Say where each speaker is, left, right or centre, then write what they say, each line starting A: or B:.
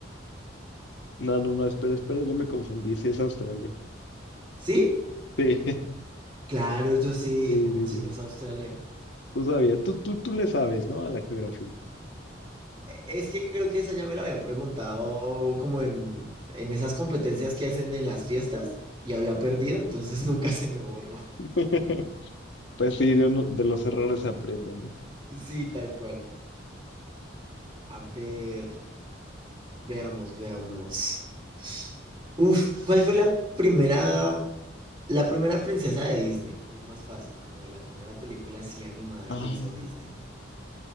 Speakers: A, on the left; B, on the right.
A: No, no, no, espera, espera, yo me confundí. Sí, es Australia.
B: ¿Sí?
A: Sí, <laughs>
B: Claro, yo sí dije,
A: sí,
B: no,
A: sí,
B: si
A: sí.
B: no es Australia.
A: Tú sabías, tú, tú, tú le sabes, ¿no? A la geografía.
B: E- Es que creo que esa ya me la había preguntado como en, en esas competencias que hacen en las fiestas y había perdido, entonces <laughs> nunca se me borró.
A: <laughs> Pues sí, de, uno- de los errores se aprende, ¿no?
B: Sí, tal cual. A ver. Veamos, veamos. Uf, ¿cuál fue la primera, la primera princesa de Disney? Que es más fácil, como la primera película así animada
A: Ah,
B: que hizo Disney.